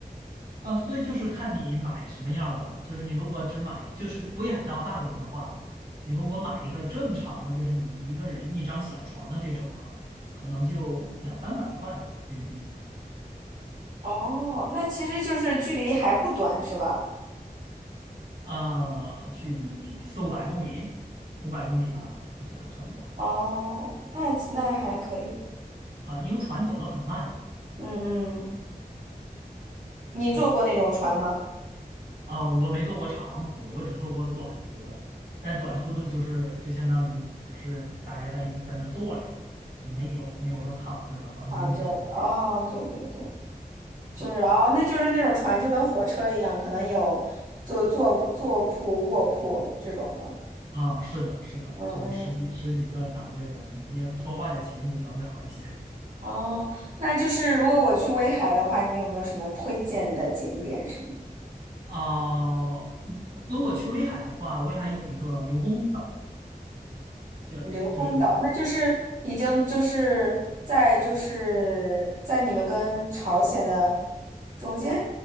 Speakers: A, on the right (about 75°); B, on the right (about 55°).
A: 啊，所以就是看你买什么样的了。就是你如果只买，就是威海到大连的话，你如果买一个正常的，就是你一个人一张小床的这种哈，可能就两三百块人民币，
B: 哦，那其实就是距离还不短是吧？
A: 啊，距离四五百公里，五百公里吧，我觉得差不多。
B: 哦，那那还可以。
A: 啊，因为船走得很慢，
B: 嗯嗯你坐过那种船吗？
A: 嗯。啊、我没做过长途的，我只做过短途的。但短途的，就是就相当于只是大家在在那坐着，就没有没有说躺着的房间这些就没有
B: 躺着，哦，对对对，就是哦，
A: 啊
B: 那就是那种船就跟火车一样，可能有坐坐铺、坐铺、卧铺这种的。
A: 啊，是的，是的，
B: 嗯嗯，
A: 就是十几十几个档位的，你要多花点钱，你就条件好一些
B: 哦，那就是如果我去威海的话，你有没有什么推荐的景点什么的？
A: 啊。一如果去威海的话，威海有一个刘公岛，就就是
B: 刘公岛，那就是已经就是在就是在你们跟朝鲜的中间，